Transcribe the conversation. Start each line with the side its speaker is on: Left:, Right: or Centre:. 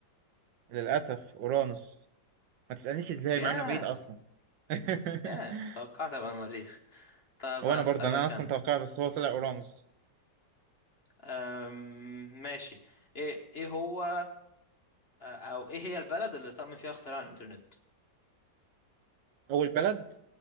Right: للاسف اورانوس ما تسالنيش ازاي
Left: ياه
Right: مع انه بعيد اصلا <laughs>
Left: ياه توقعت ابقى المريخ طيب
Right: وانا
Left: هسألك
Right: برضه انا اصلا
Left: انا
Right: توقع بس هو طلع اورانوس
Left: أم... ماشي ايه ايه هو او ايه هي البلد اللي تم فيها اختراع الانترنت
Right: اول بلد